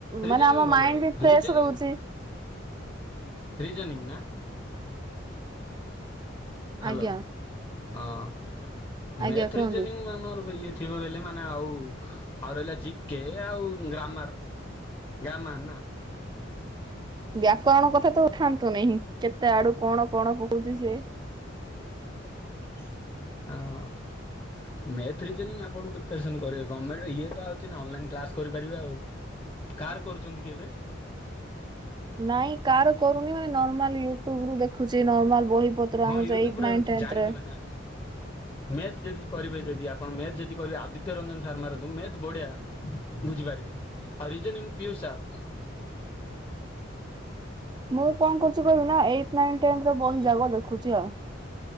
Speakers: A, on the left; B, on the right.
A: ରିଜନି
B: ମାନେ ଆମ
A: ଭଲ
B: ମାଇଣ୍ଡ
A: ରହ
B: ବି ଫ୍ରେଶ
A: ରିଜୋନିଙ୍ଗ
B: ରହୁଛି।
A: ରିଜନିଙ୍ଗ ନା। ହ୍ୟାଲୋ
B: ଆଜ୍ଞା।
A: ହଁ
B: ଆଜ୍ଞା
A: ମେଥ
B: କୁହନ୍ତୁ।
A: ରିଜନିଂ <unintelligible> ଥିବ ବେଲେ ମାନେ ଆଉ ଆଉ ରହିଲା ଜିକେ ଆଉ ଗ୍ରାମାର ଗ୍ରାମାର ନା?
B: ବ୍ୟାକରଣ କଥା ତ ଉଠାନ୍ତୁ ନେହିଁ କେତେ ଆଡୁ କଣ କଣ କହୁଛି ସେ। <inaudible>
A: ହଁ। ମେଥ ରିଜନିଙ୍ଗ ଆପଣ ପ୍ରିପାରସନ କରିବେ ଗମେଣ୍ଟ ଇଏ ତ ଆଛି ଅନାଇ କ୍ଲାସ କରିପାରିବେ ଆଉ। କାହାର କରୁଛନ୍ତି କି ଏବେ?
B: ନାଇଁ କାହାର କରୁନି ମାନେ ନର୍ମାଲ ୟୁଟ୍ୟୁବ ରୁ ଦେଖୁଛି ନର୍ମାଲ ବହି ପତ୍ର
A: ହଁ
B: ଆମ
A: ୟୁଟ୍ୟୁବରେ
B: ଏଇଟ୍ ନାଇନ୍ ଟେନ୍ଥରେ
A: ଜାଣିଥିବେ ନା ମେଥ ଯଦି କରିବେ ଯଦି ଆପଣ ମେଥ ଯଦି କରିବେ ଆଦିତ୍ୟ ରଞ୍ଜନ ସାର୍ ମାରନ୍ତୁ ମେଥ ବଢିଆ ବୁଝିପାରିବେ। ଆଉ ରିଜନିଙ୍ଗ ପିୟୁଷ ସାର୍।
B: ମୁଁ କଣ କରୁଛି କହିବି ନା ଏଇଟ ନାଇନ ଟେନ୍ ର ବହି ଯାକ ଦେଖୁଛି ଆଉ।